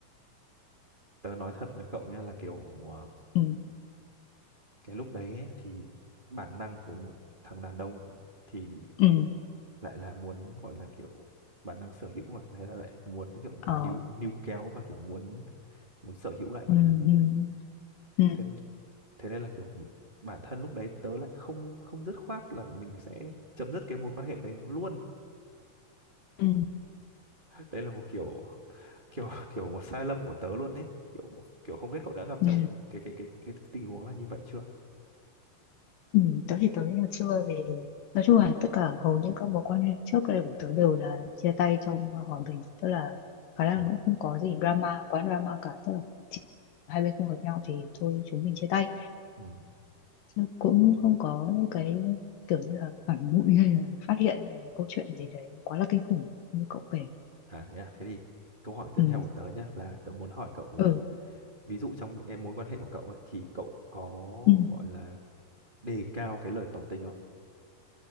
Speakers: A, on the right; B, on the left.
A: tớ nói thật với cậu nha là kiểu ờ,
B: ừ
A: cái lúc đấy ấy, thì bản năng của một thằng đàn ông thì
B: ừ
A: lại là muốn gọi là kiểu bản năng sở hữu mà thế là lại muốn kiểu
B: ờ
A: níu níu kéo và kiểu muốn muốn sở hữu lại bạn
B: ừ,
A: ý ấy.
B: ừ, ừ,
A: thế thế nên là kiểu bản thân lúc đấy tớ lại không không dứt khoát là mình sẽ chấm dứt cái mối quan hệ đấy luôn
B: ừ,
A: đây là một kiểu kiểu kiểu một sai lầm của tớ luôn đấy kiểu kiểu không biết cậu đã gặp trong
B: ừ,
A: cái cái cái cái, cái tình huống là như vậy chưa
B: ừ. Tớ thì tớ nghĩ là chưa vì nói chung là tất cả hầu như các mối quan hệ trước đây của tớ đều là chia tay trong hòa bình tức là khả
A: ừ.
B: năng cũng không có gì drama quá drama cả tức là chỉ hai bên không hợp nhau thì thôi chúng mình chia tay
A: Ừ.
B: Chứ cũng không có những cái kiểu như là phản bội hay là phát hiện một câu chuyện gì đấy quá là kinh khủng như cậu kể
A: À thế à, thế thì câu hỏi tiếp
B: ừ.
A: theo của tớ nhé là tớ muốn hỏi cậu là
B: Ừ.
A: ví dụ trong những cái mối quan hệ của cậu ấy thì cậu có
B: ừ.
A: gọi là đề cao cái lời tỏ tình không?